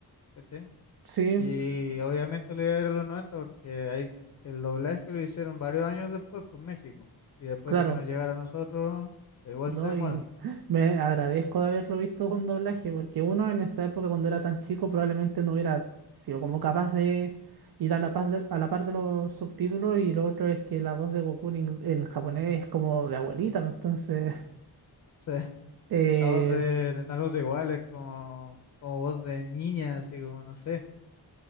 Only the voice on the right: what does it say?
sí,
claro,
¿no?
Y <laughs> me agradezco de haberlo visto con doblaje, porque uno en esa época cuando era tan chico probablemente no hubiera sido como capaz de ir a la par de, a la par de los subtítulos y lo otro es que la voz de Goku en, ing- en japonés es como de abuelita, ¿no? entonces,
<laughs>
eh,